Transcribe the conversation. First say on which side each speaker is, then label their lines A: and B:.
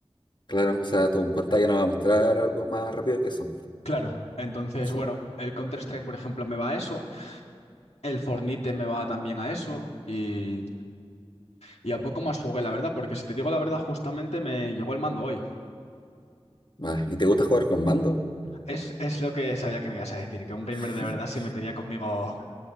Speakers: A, on the left; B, on the left.
A: Claro, o sea, tu pantalla no va a mostrar algo más rápido que eso.
B: Claro, entonces,
A: Sí.
B: bueno, el Counter-Strike, por ejemplo, me va a eso, el Fornite me va también a eso, y, y a poco más jugué, la verdad, porque si te digo la verdad, justamente me llegó el mando hoy.
A: Va, ¿Y te gusta jugar con mando?
B: Es, es lo que sabía que me ibas a decir, que un gamer
A: <laughs>
B: de verdad se metería conmigo